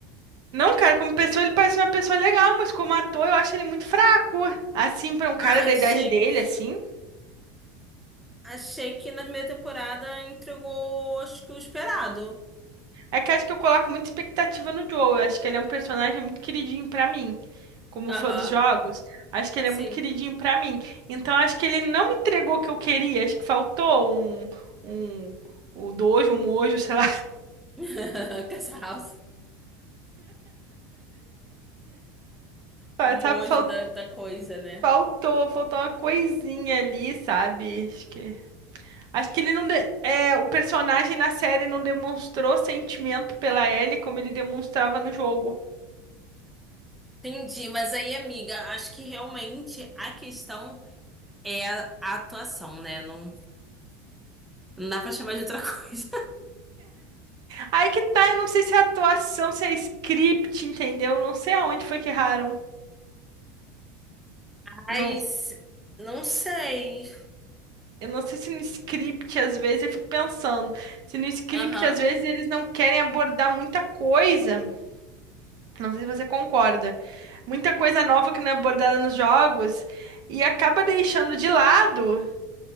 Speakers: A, on the right; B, in the centre.
A: Não, cara, como pessoa ele parece uma pessoa legal, mas como ator eu acho ele muito fraco. Assim, pra um cara
B: Ah,
A: da
B: achei
A: idade dele,
B: que,
A: assim.
B: achei que na primeira temporada entregou, acho que o esperado.
A: É que acho que eu coloco muita expectativa no Joel. Eu acho que ele é um personagem muito queridinho pra mim, como
B: Aham,
A: fã dos jogos. Acho que ele
B: sim.
A: é muito queridinho pra mim. Então acho que ele não me entregou o que eu queria. Acho que faltou um, um, o dojo, um mojo, sei lá.
B: <laughs> Casa House.
A: <laughs>
B: O mojo
A: Sabe, Fal-
B: da, da coisa, né?
A: faltou, faltou uma coisinha ali, sabe? Acho que Acho que ele não. de- É, o personagem na série não demonstrou sentimento pela Ellie como ele demonstrava no jogo.
B: Entendi, mas aí, amiga, acho que realmente a questão é a a atuação, né? Não, não dá pra chamar de outra <laughs> coisa.
A: Aí que tá, eu não sei se é atuação, se é script, entendeu? Não sei aonde foi que erraram.
B: Mas
A: Não,
B: não sei.
A: eu não sei se no script, às vezes, eu fico pensando. Se no script,
B: Aham.
A: às vezes, eles não querem abordar muita coisa. Não sei se você concorda. Muita coisa nova que não é abordada nos jogos. E acaba deixando de lado.